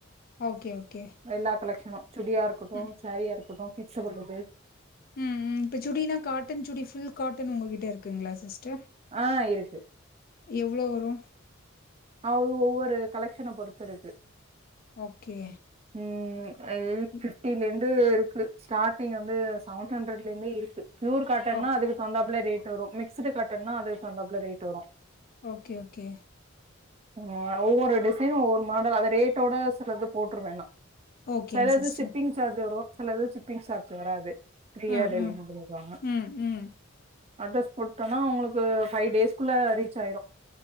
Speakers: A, on the left; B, on the right.
A: ஓகே ஓகே
B: எல்லா கலெக்ஷனு சுடியா இருக்கட்டு
A: ம்
B: சேரியா இருக்கட்டு கிட்ஸ் <unintelligible>
A: ம் ம் இப்ப சுடினா காட்டன் சுடி ஃபுல் காட்டன் உங்ககிட்ட இருக்குங்ளா சிஸ்டர்
B: ஆ இருக்கு
A: எவ்வளோ வரு
B: அ ஒவ்வொரு கலெக்க்ஷன பொறுத்து இருக்கு
A: ஓகே
B: ம் எயிட்
A: இ-
B: பிப்டில இருந்து இருக்கு ஸ்டார்ட்டிங் வந்து சவன் ஹண்ட்ரட்ல இருந்தே இருக்கு பியூர் காட்டன்
A: ஓ
B: நா அதுக்கு வந்தாப்ல ரேட் வரு மிக்ஸ்டு காட்டன்னா அதுக்கு தகுந்தாப்ல ரேட் வரு
A: ஓகே ஓகே
B: அ ஒவ்வொரு டிசைன்னு ஒவ்வொரு மாடல் அத ரேட்டோட சிலது போட்ருவ நா
A: ஓகேங்க
B: செலது
A: சிஸ்டர்
B: ஷிப்பிங் சார்ஜ் வரு சிலது ஷிப்பிங் சார்ஜ் வராது ஃப்ரீயா
A: ஆ
B: டெலிவரி
A: ஆ
B: பண்ணிருவாங்க
A: ம், ம்.
B: அட்ரஸ் போட்டன்னா உங்களுக்கு பைவ் டேஸ்குள்ள ரீச் ஆயிரு